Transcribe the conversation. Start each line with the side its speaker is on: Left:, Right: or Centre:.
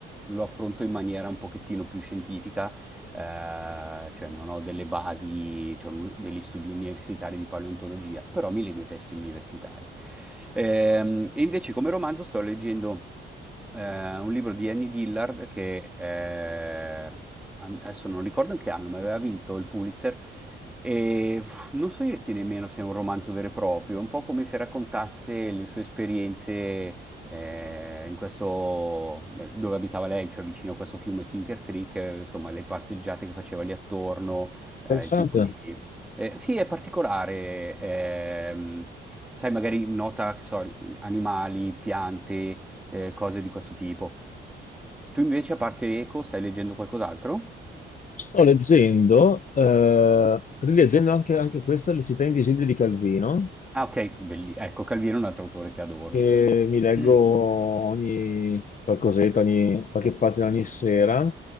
Centre: lo affronto in maniera un pochettino più scientifica, eh, cioè non ho delle basi, cioè un- degli studi universitari di paleontologia, però mi leggo i testi universitari. Ehm, e invece come romanzo sto leggendo eh, un libro di Annie Dillard che eh, an- adesso non ricordo in che anno, ma aveva vinto il Pulitzer. E uff, non so dirti nemmeno se è un romanzo vero e proprio, è un po' come se raccontasse le sue esperienze eh, in questo, eh, dove abitava lei, cioè vicino a questo fiume Tinker Creek, eh, insomma, le passeggiate che faceva lì attorno, eh,
Left: Interessante.
Centre: il tipo di... eh, sì, è particolare, ehm, sai, magari nota, che so, animali, piante, eh, cose di questo tipo. Tu invece, a parte Eco, stai leggendo qualcos'altro?
Left: Sto leggendo, eh, rileggendo anche, anche questo, Le città invisibili di Calvino,
Centre: Ah, ok, belli- ecco, Calvino è un altro autore che adoro.
Left: che mi leggo
Centre: <clears throat>
Left: ogni qualcosetta, ogni, qualche pagina ogni sera,